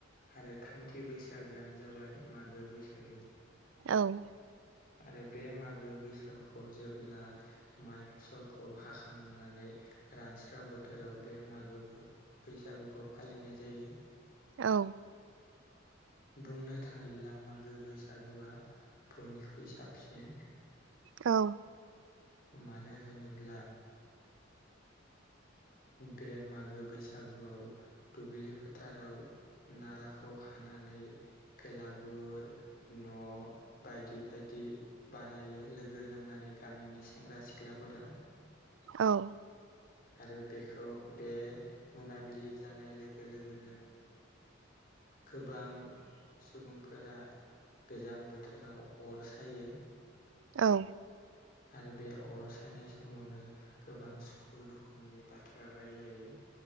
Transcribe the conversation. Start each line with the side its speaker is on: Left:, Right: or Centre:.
Left: आरो थामथि बैसागोआनो जाबाय मागो बैसागो
Right: औ
Left: आरो बे मागो बैसागुखौ जेब्ला माइ फसलखौ हाख थांनानै रानस्राव बोथोराव बे मागोखौ बैसागुखौ फालिनाय जायो
Right: औ
Left: बुंनो थाङोब्ला मागो बैसागुआ बयनिख्रुइ साबसिन
Right: औ
Left: मानो होनोब्ला बे मागो बैसागुआव दुब्लि फोथाराव नाराखौ हानानै बेलागुर न' बायदि बायदि बानायो लोगो नांनानै गामिनि सेंग्रा सिख्लाफोरा
Right: औ
Left: आरो बेखौ बे मोनाबिलि जानाय लोगो लोगोनो गोबां सुबुंफोरा गोजां बोथोराव अर सायो
Right: औ
Left: आरो बे अर सायनाय समावनो गोबां सुखु दुखुनि बाथ्रा रायलायो